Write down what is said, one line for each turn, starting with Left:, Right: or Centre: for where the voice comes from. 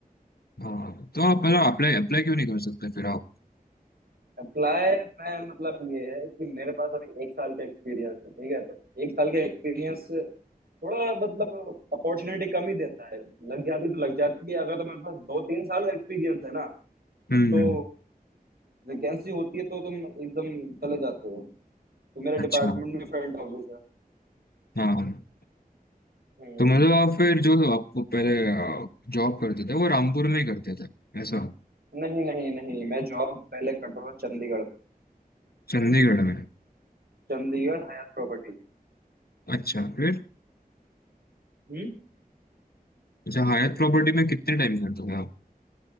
Left: हाँ तो आप मतलब अप्लाई अप्लाई क्यों नहीं कर सकते फिर आप
Right: अप्लाई मैं मतलब ये है कि मेरे पास अभी एक साल का एक्सपीरियंस है ठीक है तो एक साल का एक्सपीरियंस थोड़ा मतलब अपॉर्चुनिटी कम ही देता है लग जाती तो लग जाती है अगर तुम्हारे पास दो तीन साल का एक्सपीरियंस है ना
Left: हम्म
Right: तो वैकेंसी होती है तो तुम एकदम चले जाते हो तो मेरा
Left: अच्छा
Right: डिपार्टमेंट में फ्रंट ऑफिस है
Left: हाँ
Right: हम्म
Left: तो मतलब आप फिर जो आपको पहले जॉब करते थे वो रामपुर में ही करते थे ऐसा
Right: नहीं नहीं नहीं मैं जॉब पहले करता था चंडीगढ़
Left: चंडीगढ़ में
Right: Chandigarh Hyatt property
Left: अच्छा फिर
Right: हम्म
Left: अच्छा हयात प्रॉपर्टी में कितने टाइम करते थे आप